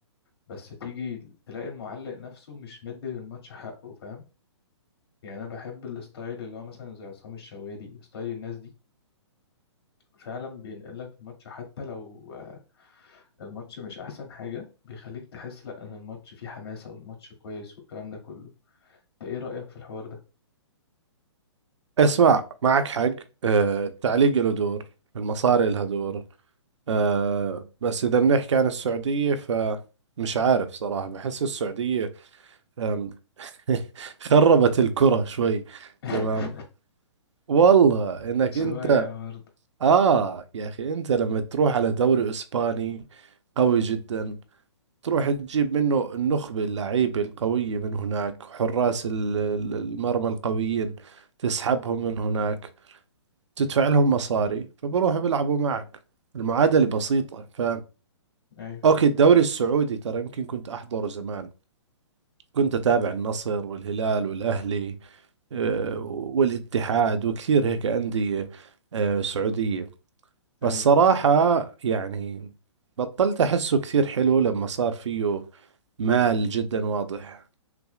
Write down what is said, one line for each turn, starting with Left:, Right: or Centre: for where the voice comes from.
Left: بس تيجي تلاقي المعلق نفسه مش مدي للماتش حقه فاهم يعني انا بحب الستايل اللي هو مثلا زي عصام الشوالي ستايل الناس دي فعلا بينقل لك الماتش حتى لو آه، الماتش مش احسن حاجة بيخليك تحس لا ان الماتش فيه حماسة والماتش كويس والكلام ده كله انت ايه رأيك في الحوار ده
Right: اسمع معك حق آه، التعليق له دور المصاري لها دور آه، بس إذا بنحكي عن السعودية فمش عارف صراحة بحس السعودية آم، <laughs> خربت الكرة شوي
Left: <laughs>
Right: تمام والله إنك
Left: شوية
Right: أنت
Left: برضه
Right: آه يا أخي أنت لما تروح على دوري إسباني قوي جدا تروح تجيب منه النخبة اللعيبة القوية من هناك حراس ال- ال- المرمى القويين تسحبهم من هناك تدفع لهم مصاري فبروحوا بيلعبوا معك المعادلة بسيطة ف
Left: ايوه
Right: اوكي الدوري السعودي ترى يمكن كنت احضره زمان كنت اتابع النصر والهلال والاهلي آه، والاتحاد وكثير هيك أندية آه، سعودية
Left: ايوه
Right: بس صراحة يعني بطلت احسه كثير حلو لما صار فيه مال جدا واضح